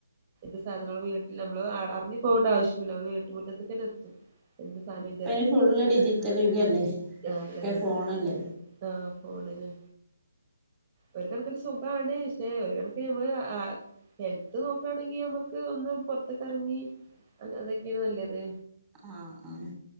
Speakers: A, on the right; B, in the centre.
A: എത് സാധനങ്ങളു വീട്ടിൽ നമ്മള് അറങ്ങി പോകേണ്ട ആവശ്യുല്ല. വീട്ട്മുറ്റത്തേ തന്നെ എത്തും എന്ത് സാധനം
B: അപ്പ ഇനി ഫുള്ള് ഡിജിറ്റൽ യുഗല്ലേ
A: ആഹ്
B: ഒക്കെ
A: അതാണ്
B: ഫോണല്ലേ
A: ആഹ് ഫോണില് ഒരു കണക്കിന് സുഖാണ്. ക്ഷെ ഒരു കണക്ക്ന് ഞമ്മള് ആഹ് ഹെൽത്ത് നോക്കാണെങ്കി നമ്മക്ക് ഒന്ന് പൊറ്ത്ത്ക്കെറങ്ങി അതൊക്കേണ് നല്ലത്
B: ആഹ് ആഹ്